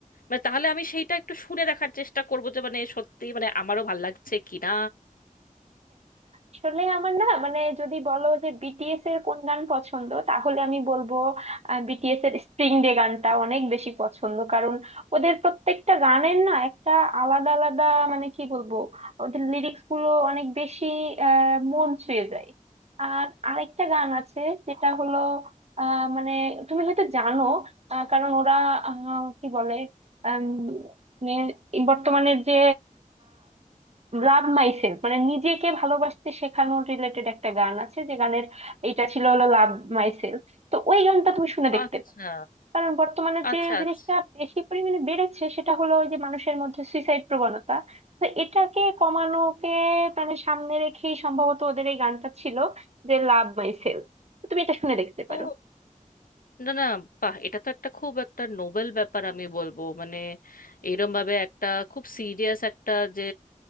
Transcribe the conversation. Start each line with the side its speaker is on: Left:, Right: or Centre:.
Left: মানে তাহলে আমি সেইটা একটু শুনে দেখার চেষ্টা করবো যে মানে সত্যি মানে আমারও ভাল লাগছে কিনা
Right: আসলে আমার না মানে যদি বলো যে বিটিএস এর কোন গান পছন্দ তাহলে আমি বলবো বিটিএস এর স্প্রিং ডে গানটা অনেক বেশি পছন্দ কারণ ওদের প্রত্যেকটা গানের না একটা আলাদা আলাদা মানে কি বলবো ওদের লিরিক্স গুলো অনেক বেশি আহ মন ছুঁয়ে যায় আর আরেকটা গান আছে যেটা হলো আহ মানে তুমি হয়তো জানো আহ, কারণ ওরা আহ, কি বলে আম, মানে বর্তমানের যে লাভ মাইসেলফ মানে নিজেকে ভালোবাসতে শেখানোর রিলেটেড একটা গান আছে যে গানের এটা ছিল হলো লাভ মাইসেলফ তো ওই গানটা তুমি শুনে দেখতে
Left: আচ্ছা
Right: পারো কারণ বর্তমানে
Left: আচ্ছা
Right: যে জিনিসটা
Left: আচ্ছা
Right: বেশি পরিমাণে বেড়েছে সেটা হলো ওই যে মানুষের মধ্যে সুইসাইড প্রবণতা তো এটাকে কমানোকে মানে সামনে রেখেই সম্ভবত ওদের এই গানটা ছিল যে লাভ মাইসেলফ তুমি এটা শুনে দেখতে পারো
Left: ও না না বাহ এটা তো একটা খুব একটা নোবেল ব্যাপার আমি বলবো মানে এইরকম ভাবে একটা খুব সিরিয়াস একটা যে